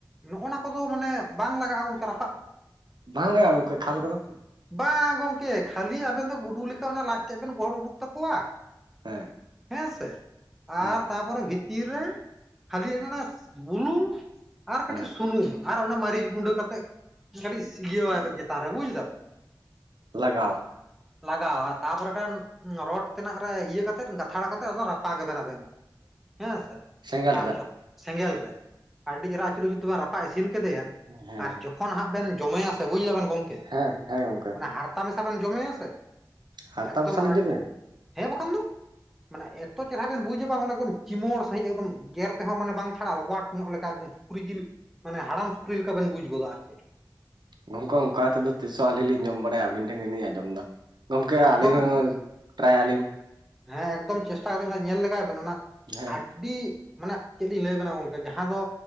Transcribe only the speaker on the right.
ᱵᱟᱝ ᱞᱟᱜᱟᱜᱼᱟ ᱜᱚᱝᱠᱮ ᱠᱷᱟᱞ ᱠᱚᱫᱚ᱾
ᱦᱮᱸ
ᱦᱮᱸ
ᱦᱮᱸ
ᱞᱟᱜᱟᱣ᱾
ᱥᱮᱸᱜᱮᱞ
ᱨᱮ
ᱦᱮᱸ
ᱦᱮᱸ ᱦᱮᱸ ᱜᱚᱝᱠᱮ
ᱦᱟᱨᱛᱟ
ᱢᱮᱥᱟ ᱞᱤᱧ ᱡᱚᱢᱮᱭᱟ
ᱱᱚᱝᱠᱟ ᱚᱱᱠᱟᱛᱮᱫᱚ ᱛᱤᱥ ᱦᱚᱸ ᱟᱹᱞᱤᱧ ᱞᱤᱧ ᱡᱚᱢ ᱵᱟᱲᱟᱭᱟ ᱟᱹᱵᱤᱱ ᱴᱷᱮᱱ ᱜᱮᱞᱤᱧ ᱟᱸᱡᱚᱢᱫᱟ ᱜᱚᱝᱠᱮ
ᱟᱞᱤᱧ ᱦᱚᱸ ᱴᱨᱟᱭᱟᱞᱤᱧ᱾
ᱦᱮᱸ